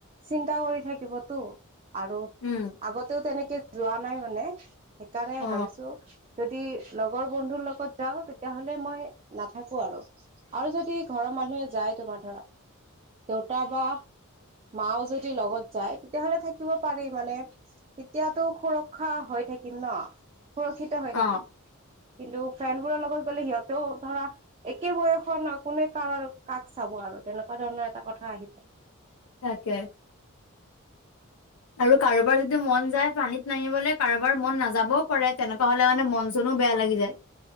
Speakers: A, on the right (about 30°); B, on the left (about 75°).
A: চিন্তা কৰি থাকিবতো আৰু
B: উম
A: আগতেও তেনেকে যোৱা নাই মানে সেইকাৰণে
B: অ
A: ভাবিছো যদি লগৰ বন্ধুৰ লগত যাওঁ তেতিয়াাহলে মই নাথাকো আৰু আৰু যদি ঘৰৰ মানুহে যায়। তোমাৰ দুটা বা মাও যদি লগত যায় তেতিয়াহ'লে থাকিব পাৰি মানে তেতিয়াতো সুৰক্ষা হৈ থাকিম ন সুৰক্ষিত হৈ
B: অ
A: থাকিম। কিন্তু ফ্ৰেণ্ডবোৰৰ লগত গ'লে সিহঁতেও ধৰা একে বয়সৰ কোনে কাৰৰ ক চাব আৰু তেনেকুৱা ধৰণৰ এটা কথা আহি পৰে
B: তাকে। আৰু কাৰোবাৰ যদি মন যায় পানীত নাহিবলৈ কাৰোবাৰ মন নাযাবও পাৰে তেনেকুৱা হলে মানে মন চন ও বেয়া লাগি যায়।